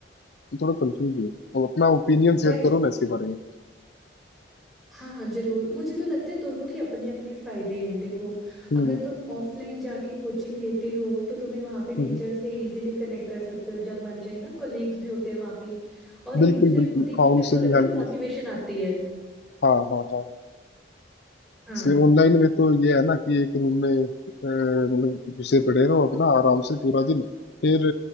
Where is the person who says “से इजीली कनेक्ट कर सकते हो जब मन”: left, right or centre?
Centre